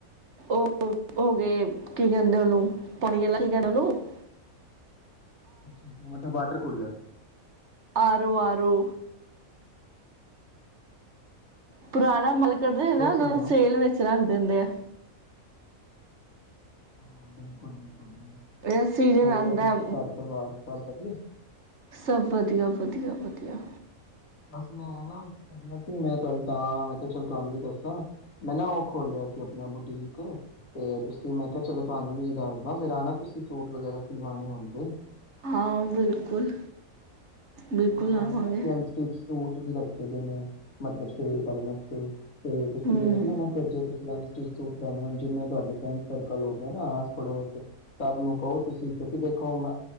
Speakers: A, on the right; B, on the left.
A: ਉ ਹੋ ਗਏ ਕੀ, ਕਹਿੰਦੇ ਉਹਨੂੰ ਪਾਣੀਆਂ <inaudible>
B: ਅੱਛਾ। ਉਹ ਮਤਲਬ ਵਾਟਰ ਕੂਲਰ
A: ਆਰੋ ਆਰੋ ਪੁਰਾਣਾ ਮਲਕਦੇ ਨਾ
B: ਹੋਰ
A: ਉਹਨਾਂ
B: ਸੁਣਾਓ
A: ਨੂੰ ਸੇਲ ਵੇਚ ਏ ਦਿੰਦੇ ਆ
B: ਹਾਂ। ਬਿਲਕੁਲ, ਬਿਲਕੁਲ ਹਾਂਜੀ,
A: ਇਹ ਸੀਜ਼ਨ
B: ਹੋਰ
A: ਆਂਦਾ
B: ਘਰ ਪਰਿਵਾਰ ਸਭ ਵਧੀਆ
A: ਸਭ ਵਧੀਆ ਵਧੀਆ ਵਧੀਆ
B: ਬਸ ਮੈਂ ਨਾ ਕਰਨਾ ਸੀ ਮੈਂ ਤੁਹਾਨੂੰ ਤਾਂ ਮੈਂ ਕਿਹਾ ਚਲੋ ਤੁਹਾਨੂੰ ਵੀ ਦੱਸਾਂ ਮੈਂ ਨਾ ਉਹ ਖੋਲਿਆ ਸੀ ਆਪਣਾ ਬੁਟੀਕ ਤੇ ਤੁਸੀਂ ਮੈਂ ਕਿਹਾ ਚਲੋ ਤੁਹਾਨੂੰ ਵੀ ਦੱਸਦਾ ਫਿਰ ਆ ਨਾ ਤੁਸੀਂ ਸੂਟ ਵਗੈਰਾ ਸਿਲਵਾਣੇ ਹੋਣ ਤੇ
A: ਹਾਂ। ਬਿਲਕੁਲ ਬਿਲਕੁਲ
B: ਹਾਂ ਨਾਲੇ
A: ਆਵਾਂਗੇ
B: ਨਾ ਅਸੀਂ ਅਨਸਟਿਚ ਸੂਟ ਵੀ ਰੱਖੇ ਦੇ ਨੇ ਮਤਲਬ ਸੇਲ ਕਰਨ ਵਾਸਤੇ ਤੇ ਤੁਸੀਂ
A: ਹੂੰ,
B: ਵੇਖ ਲੈਣਾ ਫਿਰ ਜੋ ਤੁਸੀਂ ਸੂਟ ਲੈ ਹਣ ਜਿੰਨੇ ਤੁਹਾਡੇ ਫਰੈਂਡ ਸਰਕਲ, ਹੋ ਗ ਨਾ ਆਸ ਪੜੋਸ, ਸਭ ਨੂੰ ਕਹੋ ਤੁਸੀਂ ਕਿਉਂਕਿ ਦੇਖੋ